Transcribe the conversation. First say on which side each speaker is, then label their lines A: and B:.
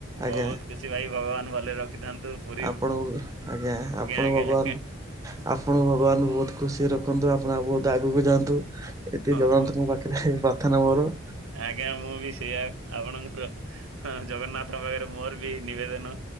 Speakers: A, on the right; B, on the right.
A: ବହୁତ
B: ଆଜ୍ଞା
A: ଖୁସି ଭାଇ ଭଗବାନ ଭଲରେ ରଖିଥାନ୍ତୁ। ପୁରୀ
B: ଆପଣ ଆଜ୍ଞା ଆପଣ
A: ଆଜ୍ଞା
B: ଭଗବାନ
A: ଆଜ୍ଞା
B: ଆପଣ ଭଗବାନଙ୍କୁ ବହୁତ ଖୁସି ରଖନ୍ତୁ ଆପଣ ବହୁତ ଆଗକୁ ଯାଆନ୍ତୁ। ଏତିକି
A: ହଁ
B: ଜଗନ୍ନାଥଙ୍କ
A: ହଁ।
B: ପାଖରେ ପ୍ରାର୍ଥନା ମୋର।
A: ଆଜ୍ଞା ମୁଁ ବି ସେଇଆ ଆପଣଙ୍କର ହଁ ଜଗନ୍ନାଥଙ୍କ ପାଖରେ ମୋର ବି ନିବେଦନ